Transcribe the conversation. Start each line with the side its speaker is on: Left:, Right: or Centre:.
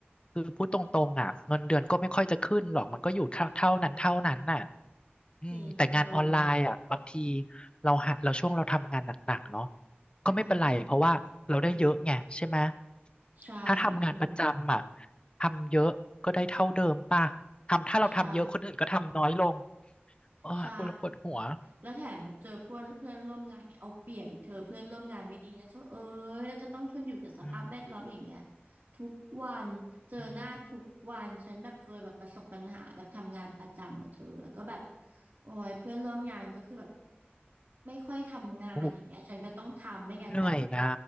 Left: คือพูดตรงๆอ่ะเงินเดือนก็ไม่ค่อยจะขึ้นหรอกมันก็อยู่เท่าเท่านั้นเท่านั้นน่ะอืมแต่งานออนไลน์อ่ะบางที
Right: จริงเธอ
Left: เราหาเราช่วงเราทำงานหนักๆเนาะก็ไม่เป็นไรเพราะว่าเราได้เยอะไงใช่ไหม
Right: อืมใช่เธอ
Left: ถ้าทำงานประจำอ่ะ ทำเยอะก็ได้เท่าเดิมป่ะทำถ้าเราทำเยอะคนอื่นก็ทำน้อยลง
Right: ใช่
Left: โอ้ยปวดปวดหัว
Right: ใช่แล้วแถมแบบเจอเพื่อนเพื่อนร่วมงานเนี่ยเอาเปรียบอีกเธอเพื่อนร่วมงานไม่ดีนะเธอเอ้ยแล้วจะต้องทนอยู่กับสภาพแวดล้อมอย่างเงี้ย
Left: อืม
Right: ทุกวันเจอหน้าทุกวันฉันแบบเคยแบบประสบปัญหาแบบทำงานประจำอะเธอแล้วก็แบบ
Left: อืม
Right: โอ้ยเพื่อนร่วมงานก็คือแบบไม่ค่อยทำงานอย่างเงี้ยฉันก็ต้องทำไม่งั้นแบบ
Left: โอ้เหนื่อยนะ